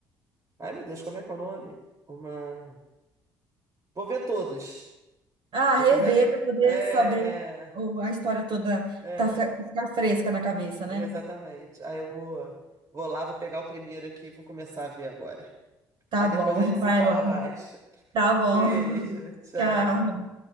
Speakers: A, on the right (about 35°); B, on the right (about 60°).
A: Ai, meu Deus, como é que é o nome? Uma. Vou ver todas.
B: Ah,
A: Vou
B: rever
A: comer
B: para poder
A: É,
B: saber
A: é,
B: o- a história toda,
A: é,
B: tá, fe- ficar fresca na cabeça, né?
A: exatamente. Aí eu vou, vou lá, vou pegar o primeiro aqui e vou começar a ver agora.
B: Tá
A: Aí
B: bom,
A: depois a gente
B: <laughs> vai
A: se fala
B: lá.
A: mais.
B: Tá
A: Um
B: bom,
A: beijo,
B: <laughs>
A: tchau.
B: tchau.